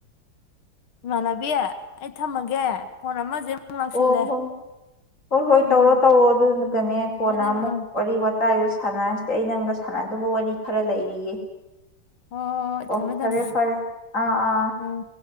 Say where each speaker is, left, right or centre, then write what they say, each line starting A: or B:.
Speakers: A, on the left (about 70°); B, on the left (about 35°).
A: ꯏꯃꯥꯟꯅꯕꯤ ꯑꯩ ꯊꯝꯃꯒꯦ ꯐꯣꯟ ꯑꯃꯁꯦ ꯑꯃꯨꯛ ꯂꯥꯛꯁꯜꯂꯦ
B: ꯑꯣ ꯍꯣ ꯍꯣꯏ ꯍꯣꯏ
A: ꯎꯝ
B: ꯇꯧꯔꯣ ꯇꯧꯔꯣ ꯑꯗꯨꯒꯅꯦ ꯀꯣꯟꯅ
A: ꯊꯝꯃꯦ ꯊꯝꯃꯦ
B: ꯑꯃꯨꯛ
A: ꯎꯝ
B: ꯋꯥꯔꯤ ꯋꯥꯇ ꯗ ꯁꯥꯟꯅꯔꯁꯦ ꯑꯩ ꯅꯪꯒ ꯁꯥꯟꯅꯗꯨꯕ ꯋꯥꯔꯤ ꯈꯔ ꯂꯩꯔꯤꯌꯦ
A: ꯍꯣꯏ ꯍꯣꯏ ꯍꯣꯏ
B: ꯑꯣ
A: ꯊꯝꯃꯦ
B: ꯐꯔꯦ
A: ꯊꯝꯃꯦ
B: ꯐꯔꯦ ꯑꯥ ꯑꯥ
A: ꯎꯝ